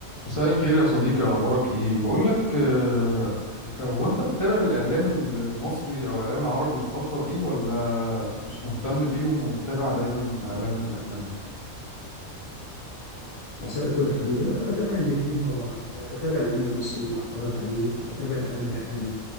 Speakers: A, on the left; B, on the left.
A: مساء الخير يا صديقي اخبارك ايه بقول لك آه، انت هو انت بتتابع الاعلام ال- المصري او الاعلام العربي الفتره دي ولا مش مهتم بيهم وبتتابع دايما الاعلام الاجنبي
B: مساء الفل يا حبيبي لا بتابع الاتنين طبعا آه، بتابع الاعلام المصري بتفرج عليه وبتابع الاعلام الاجنبي